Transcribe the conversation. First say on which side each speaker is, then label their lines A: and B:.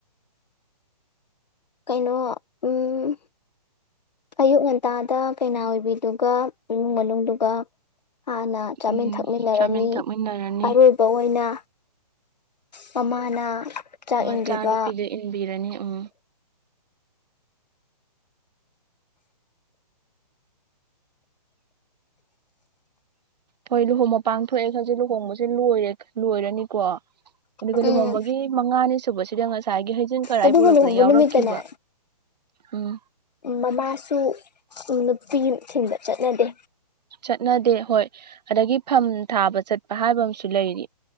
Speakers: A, on the left; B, on the right.
A: ꯀꯩꯅꯣ ꯎꯝ ꯑꯌꯨꯛ ꯉꯟꯇꯥꯗ ꯀꯩꯅꯥ ꯑꯣꯏꯕꯤꯗꯨꯒ ꯏꯃꯨꯡ ꯃꯅꯨꯡꯗꯨꯒ ꯍꯥꯟꯅ ꯆꯥꯃꯤꯟ
B: ꯎꯝ
A: ꯊꯛꯃꯤꯟꯅꯔꯅꯤ
B: ꯆꯥꯃꯤꯟ ꯊꯛꯃꯤꯟꯅꯔꯅꯤ
A: ꯑꯔꯣꯏꯕ ꯑꯣꯏꯅ ꯃꯃꯥꯅ ꯆꯥꯛ
B: ꯃꯆꯥꯅꯨꯄꯤꯗ
A: ꯏꯟꯕꯤꯕ
B: ꯏꯟꯕꯤꯔꯅꯤ ꯎꯝ ꯍꯣꯏ ꯂꯨꯍꯣꯡꯕ ꯄꯥꯡꯊꯣꯛꯑꯦ ꯈꯥꯟꯂꯁꯤ ꯂꯨꯍꯣꯡꯕꯁꯦ ꯂꯣꯏꯔꯦ ꯂꯣꯏꯔꯅꯤꯀꯣ ꯑꯗꯨꯒ
A: ꯎꯝ
B: ꯂꯨꯍꯣꯡꯕꯒꯤ ꯃꯉꯥꯅꯤ ꯁꯨꯕꯁꯤꯗ ꯉꯁꯥꯏꯒꯤ ꯍꯥꯢꯖꯤꯡ ꯈꯥꯔꯥꯢ
A: ꯑꯗꯨꯒ
B: ꯄꯨꯔꯛꯄꯗ
A: ꯂꯨꯍꯣꯡꯕ
B: ꯌꯥꯎꯔꯛꯈꯤꯕ
A: ꯅꯨꯃꯤꯠꯇꯅꯦ
B: ꯎꯝ
A: ꯃꯃꯥꯁꯨ ꯅꯨꯄꯤ ꯊꯤꯟꯕ ꯆꯠꯅꯗꯦ꯫
B: ꯆꯠꯅꯗꯦ ꯍꯣꯏ ꯑꯗꯒꯤ ꯐꯝ ꯊꯥꯕ ꯆꯠꯄ ꯍꯥꯏꯕ ꯑꯃꯁꯨ ꯂꯩꯔꯤ꯫